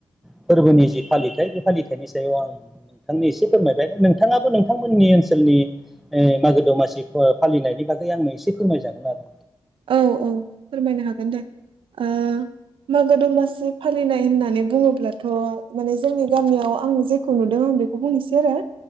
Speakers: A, in the centre; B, on the right.
A: फोरबोनि जि फालिथाय बे फालिथायनि सायाव आं नोंथांनो एसे फोरमायबाय नों नोंथाङाबो नोंथांमोननि ओनसोलनि मागो दमासि फालिनायनि बागै आंनो एसे फोरमायजागोन आरो
B: औ औ फोरमायनो हागोन दे ओ मागो दमासि फालिनाय होननानै बुङोब्लाथ' माने जोंनि गामियाव आं जेखौ नुदों बेखौ बुंनोसै आरो